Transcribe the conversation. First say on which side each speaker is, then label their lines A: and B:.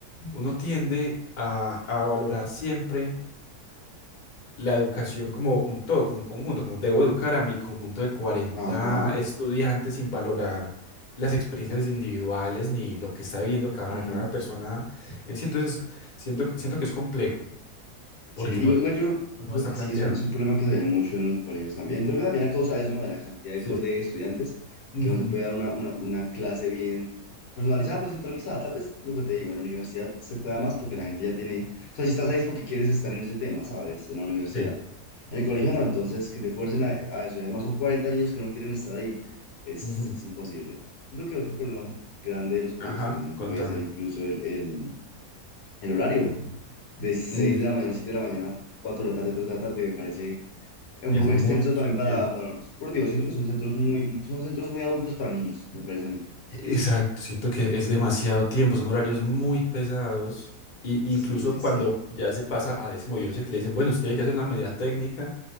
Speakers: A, on the left; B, on the left.
A: uno tiende a, a valorar siempre la educación como un todo, como un conjunto, como debo educar a mi conjunto de cuarenta
B: Ajá.
A: estudiantes sin valorar las experiencias individuales ni lo que está viviendo cada,
B: ujú.
A: cada persona en sí. Entonces, siento, que- siento que es complejo
B: Sí,
A: porque no,
B: igual, igual yo, creo-
A: no
B: yo
A: está
B: creo que
A: planteado.
B: sí, es un, es un problema que se
A: Ujú,
B: ve mucho en los colegios también.
A: ujú,
B: Creo que también a causa de eso, ¿no? De la cantidad de,
A: Sí.
B: co- de estudiantes,
A: ujú,
B: que no se puede dar una, una, una clase bien personalizada, pues centralizada. Tal vez lo que te digo, en la universidad se pueda más porque la gente ya tiene... O sea, si estás ahí es porque quieres estar en ese tema, ¿sabes? En la universidad.
A: Sí.
B: En el colegio no, entonces que te fuercen a, a eso. Y además son 40 niños que no quieren estar ahí. Es,
A: ujú,
B: es imposible. Siento que otro problema grande de los colegios
A: Ajá,
B: también
A: contame.
B: puede ser incluso el, el el horario de seis
A: Mm,
B: de la mañana, 7 de la mañana, 4 de la tarde, 3 de la tarde, me parece un
A: Es
B: poco
A: mucho
B: extenso también para,
A: tiempo.
B: para, porque digo, siento que son centros muy, son centros muy adultos para niños, me parece a mí.
A: Exacto, siento que es demasiado tiempo, son horarios muy pesados. Y
B: Sí,
A: incluso
B: sí,
A: cuando
B: sí.
A: ya se pasa a décimo y once que le dicen, bueno, usted tiene que hacer una medida técnica,